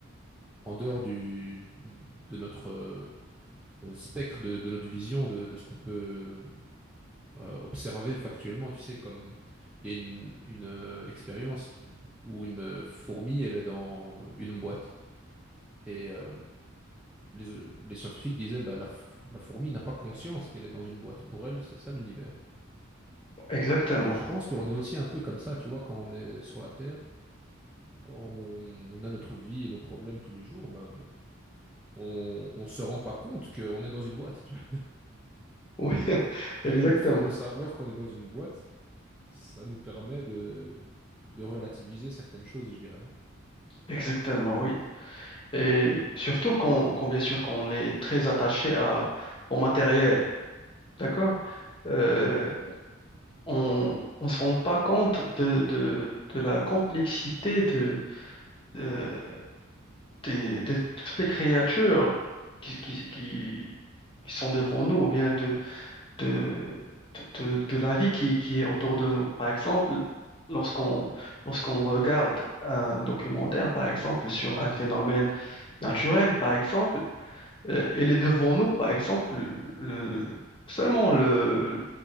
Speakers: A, in the centre; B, on the left (about 25°).
A: en dehors du, de notre euh, euh, spectre, de, de notre vision, de, de ce qu'on peut euh, observer factuellement. Tu sais, comme il y a une, une, euh, expérience qui, où une fourmi, elle est dans une boîte. Et euh, les, les scientifiques disaient, bah, la, f- la fourmi n'a pas conscience qu'elle est dans une boîte. Pour elle, c'est ça l'univers.
B: exactement.
A: Et je pense qu'on est aussi un peu comme ça, tu vois, quand on est sur la Terre, quand on on a notre vie et nos problèmes tous les jours, ben, on, on se rend pas compte qu'on est dans une boîte. tu vois.
B: Oui, <laughs>
A: Mais
B: exactement.
A: le fait de savoir qu'on est dans une boîte, ça nous permet de, de relativiser certaines choses, je dirais.
B: Exactement, oui. Et surtout qu'on, qu'on- bien sûr qu'on est très attaché à, au matériel, d'accord? Euh,
A: Mhm.
B: on ne se rend pas compte de, de, de la complexité de, de, des- de toutes les créatures qui, qui, qui, qui sont devant nous, ou bien de, de, de la vie qui, qui est autour de nous. Par exemple, lorsqu'on lorsqu'on regarde un documentaire, par exemple, sur un phénomène naturel, par exemple, euh, il est devant nous, par exemple, euh, seulement le,